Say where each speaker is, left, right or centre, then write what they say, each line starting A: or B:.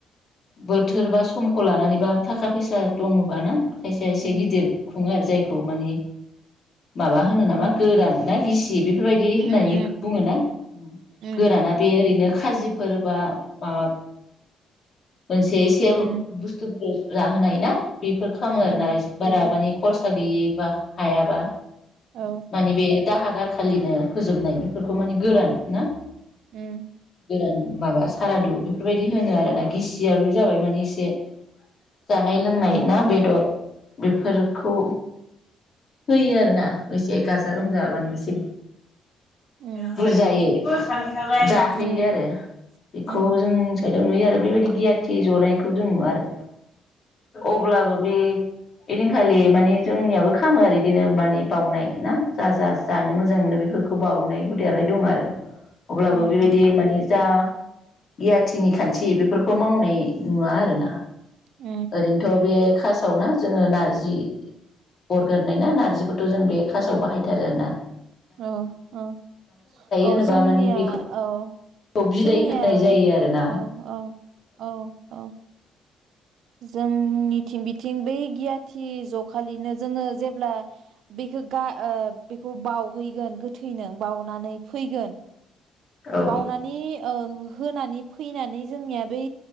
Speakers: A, on the left; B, on the right.
A: बोथोर बा समखौ लानानैबा थाखा फैसा दङबा ना। खायसे खायसे
B: उम
A: गिदिर खुङो आरो जाय औ माने माबा होनो
B: उम
A: नामा
B: उम
A: गोरान ना गिसि बेफोरबायदि होननानै
B: उम
A: बुङोना उम
B: उम
A: गोराना बे ओरैनो खाजिफोर बा माबा मोनसे एसे
B: उम
A: बुस्थुफोर औ जाहोनाय ना बेफोर खामो
B: उम
A: आरोना
B: उम
A: इस बारा माने खरसा गैयि बा हायाबा
B: औ
A: माने बे दाहा गारखालिनो फोजोबनायनि फोरखौ माने गोरान ना
B: ओम
A: गोरान माबा सारादु बेफोरबायदि होनो आरो ना गिसिया बे जाबाय माने एसे जानाय लोंनाय
B: उम
A: ना बेदर बेफोरखौ होयो आरोना एसे गाजा गोमजा माने एसे
B: उम
A: बुरजायै जाहोयो
B: उम
A: आरो बेखौ
B: उम
A: जों साइदआव नुयो आरो बेबायदि गियाथि ज'नायखौ जों नुवा आरो अब्लाबो बे ओइदिनखालि माने जोंनियाबो खामो आरो इदिनो माने बाउनाय ना जा जा जानो मोजां मोनो बेफोरखौ बावउनाय हु हुदायालाय दं आरो। अब्लाबो
B: उम
A: बेबायदि माने जा गियाथिनि खान्थि बेफोरखौ मावनाय नुवा आरो ना।
B: उम
A: ओरैनोथ बे खास सावना जोङो नारजि अरगारनाय ना नारजिखौथ जों बे खासाव बाहायथारो आरो ना।
B: औ ओ औ
A: होनोबा
B: जोंनिया
A: माने बेखौ
B: औ
A: बिदाय
B: जोंनिया
A: होनाय जायो आरोना
B: औ औ औ औ जोंनिथिं बिथिं बै गियाथि ज'खालिनो जोङो जेब्ला बेखौ गा ओ बेखौ बावहैगोन गोथैनो बावनानै फैगोन
A: औ
B: बाउनानै ओ होनानै फैनानै जोंनिया बै